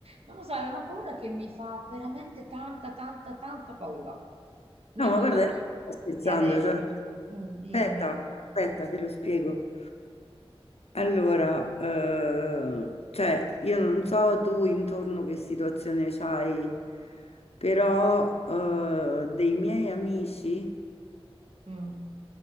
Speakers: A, on the right; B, on the left.
A: Non lo so, è una paura che mi fa veramente tanta, tanta, tanta paura. Mia
B: No, ma
A: mamma
B: guarda,
A: mi,
B: io non sto scherzando,
A: mi ha detto,
B: cioè,
A: "Mm, dimmi,
B: aspetta, aspetta, te lo spiego. Allora, eh, cioè, io non so tu intorno che situazione c'hai, però eh, dei miei amici
A: Mm.